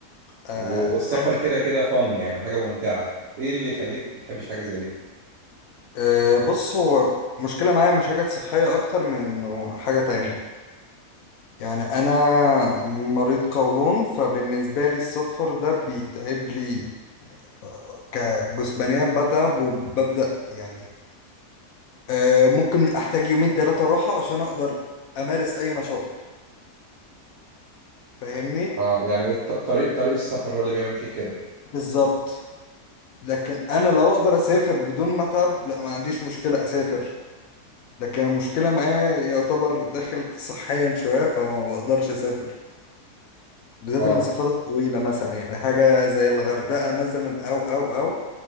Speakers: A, on the left; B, on the right.
A: آه
B: و- والسفر
A: أنا
B: كده كده فن يعني حاجة ممتعة ايه اللي يخليك ما بتحبش حاجة زي دي
A: آه بص هو مشكلة معايا مشاكل صحية أكتر من إنه حاجة تانية يعني أنا مريض قولون فبالنسبة لي السفر ده بيتعب لي آه، كجسمانيا بتعب وببدأ يعني آه ممكن أحتاج يومين تلاتة راحة عشان أقدر أمارس أي نشاط فاهمني؟
B: اه يعني الط- طريق طريق السفر هو اللي بيعمل فيك كده
A: فبالظبط لكن انا لو اقدر اسافر بدون ما اتعب لا ما عنديش مشكله اسافر لكن المشكله معايا يعتبر داخل صحيا شويه فما بقدرش اسافر بالذات
B: اه
A: المسافات الطويله مثلا يعني حاجه زي الغردقه مثلا او او او